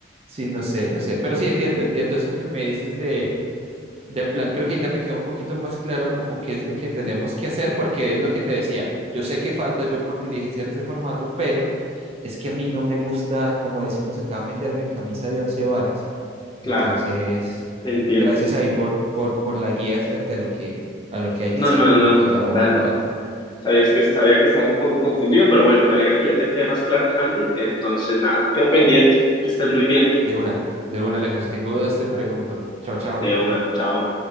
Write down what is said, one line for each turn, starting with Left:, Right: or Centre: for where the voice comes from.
Right: Sí, no sé, no sé. Pero sí entiendo, entiendo eso que me dices de, del plan. Creo que ahorita me queda un poquito más claro como qué es lo que tenemos que hacer, porque es lo que te decía. Yo sé que falto yo por diligenciar ese formato, pero es que a mí no me gusta, como decimos acá, meterme en camisa de once varas.
Left: Claro,
Right: Entonces,
Left: te entiendo.
Right: gracias ahí por, por, por la guía frente a lo que, a lo que hay
Left: No,
Right: que hacer.
Left: no, no.
Right: Creo que ya hoy
Left: Dale.
Right: lo hago.
Left: Sabías que sabía que estabas un poco confundido, pero bueno, me alegra que ya te quede más claro, Santi. Entonces, nada, quedo pendiente. Que estés muy bien.
Right: De una, de una, Alejo. Si tengo dudas, te pregunto. Chao, chao.
Left: De una. Chao.